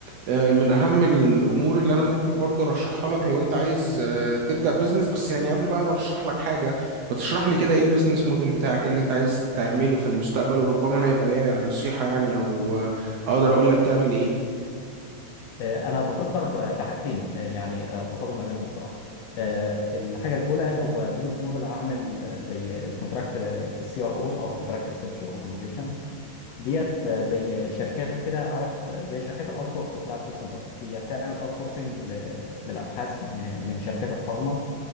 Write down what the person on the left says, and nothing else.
آه، انا بفكر آه، في حاجتين آه، يعني آه، بفاضل ما بينهم بصراحه آه، الحاجه الاولى هو بزنس موديل عامل آه، زي الكونتراكت السي ار اوز او كونتراكت سيرش اورجانيزيشنز ديت آه، زي شركات كده عارف آه، زي شركات الاوت سورس بتاع الكول سنتر هي بتعمل اوت سورسنج للابحاث م- من شركات الفارما